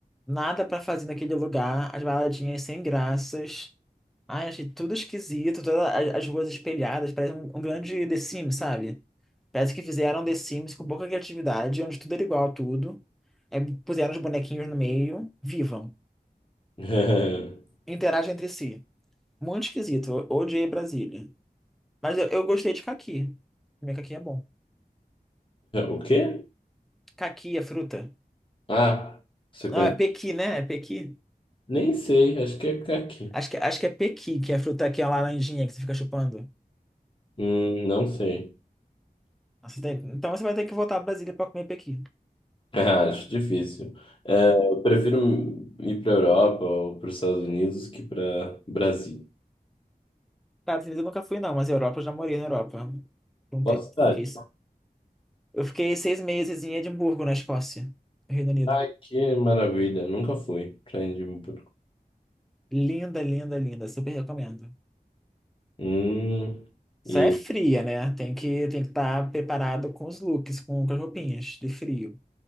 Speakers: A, in the centre; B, on the left.
A: Nada pra fazer naquele lugar, as baladinhas sem graças. Ai, achei tudo esquisito, todas a- as ruas espelhadas, parece um, um grande The Sims, sabe? Parece que fizeram The Sims com pouca criatividade, onde tudo era igual a tudo. É, puseram os bonequinhos no meio, vivam,
B: <laughs>
A: interagem entre si. Muito esquisito, eu odiei Brasília. Mas eu, eu gostei de caqui. Comer caqui é bom.
B: O quê?
A: Caqui é fruta.
B: Ah, você conhece?
A: Não, é pequi, né? É pequi.
B: Nem sei, acho que é aqui.
A: Acho que, acho que é pequi, que é a fruta que é a laranjinha que você fica chupando.
B: Hum, não sei.
A: Você tem- então você vai ter que voltar para Brasília para comer pequi.
B: <laughs> É, acho difícil. É, eu prefiro ir para Europa ou para os Estados Unidos que para Brasil.
A: Estados Unidos eu nunca fui, não, mas Europa eu já morei na Europa por um
B: Qual
A: tempo.
B: cidade?
A: Fiquei- eu fiquei seis meses em Edimburgo, na Escócia, no Reino Unido.
B: Ai, que maravilha. Nunca fui para Edimburgo.
A: Linda, linda, linda. Super recomendo.
B: Hum,
A: Só
B: e
A: é fria, né? Tem que, tem que estar preparado com os looks, com, com as roupinhas de frio.